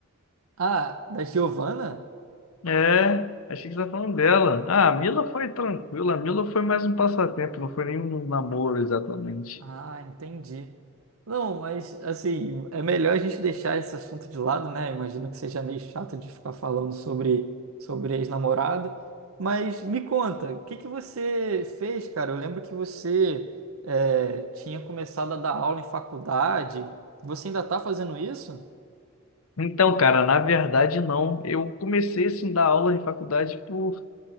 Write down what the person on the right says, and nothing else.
Ah, da Giovanna?
Ah, entendi. Não, mas assim, é melhor a gente deixar esse assunto de lado, né? Imagino que seja meio chato de ficar falando sobre, sobre ex-namorada. Mas me conta, o que que você fez, cara? Eu lembro que você é, tinha começado a dar aula em faculdade. Você ainda tá fazendo isso?